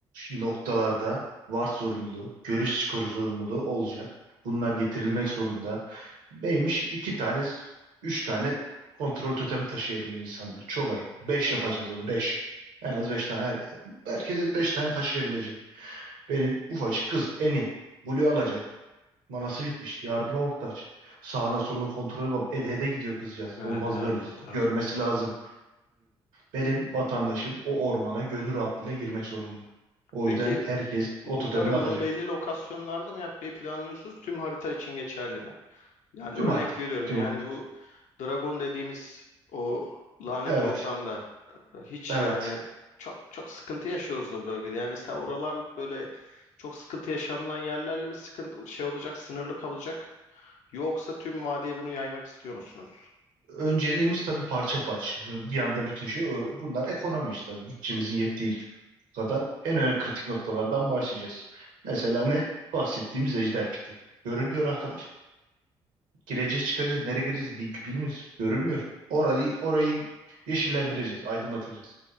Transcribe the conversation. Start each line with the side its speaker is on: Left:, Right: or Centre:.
Right: noktalarda VAR zorunluluğu, görüş skoru zorunluluğu olacak. Bunlar getirilmek zorunda. Neymiş? İki tane, üç tane kontrol totemi taşıyabiliyor insanlar. Çok ayıp. Beş yapacağız onu, beş. En az beş tane. Herkese beş tane taşıyabilecek. Benim ufacık kız Eni. Blue alacak. Manası bitmiş. Yardıma muhtaç. Sağına soluna kontrol ede ede gidiyor kızcağız.
Left: Evet,
Right: Olmaz
Left: evet
Right: böyle.
Left: muhtarım.
Right: Görmesi lazım. Benim vatandaşım o ormana gönül rahatlığıyla girmek zorunda. O
Left: Peki
Right: yüzden herkes
Left: Muhtarım
Right: o totemini atacak.
Left: bunu belli lokasyonlarda mı yapmayı planlıyorsunuz? Tüm harita için geçerli mi? Yani
Right: Tüm
Left: örnek
Right: haritada.
Left: veriyorum.
Right: Tüm...
Left: Yani bu Dragon dediğimiz o lanet
Right: Evet.
Left: ortamda e, hiç
Right: Evet.
Left: yani çok çok sıkıntı yaşıyoruz o bölgede. Yani mesela oralar böyle çok sıkıntı yaşanılan yerlerle mi sıkıntı şey olacak, sınırlı kalacak? Yoksa tüm vadiye bunu yaymak istiyor musunuz?
Right: Önceliğimiz tabii parça parça. Şimdi bunu bir anda bütün şey ö- bunlar ekonomi işte tabii. Bütçemizin yettiği kadar en önemli kritik noktalardan başlayacağız. Mesela ne? Bahsettiğimiz ejder piti. Görünmüyor arkadaş. Gireceğiz çıkacağız. Nereye gireceğiz bil- bilmiyoruz. Görünmüyor. Orayı orayı yeşillendireceğiz. Aydınlatacağız.